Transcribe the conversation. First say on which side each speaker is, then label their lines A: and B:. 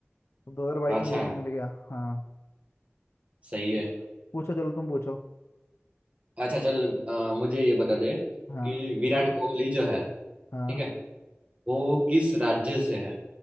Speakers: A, on the left; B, on the right.
A: तो 2022
B: अच्छा
A: में वो भी मिल गया हाँ
B: सही है
A: पू- पूछो चलो तुम पूछो
B: अच्छा चल अ, मुझे ये बता दे
A: हाँ
B: कि विराट कोहली जो है
A: हाँ
B: ठीक है वो किस राज्य से है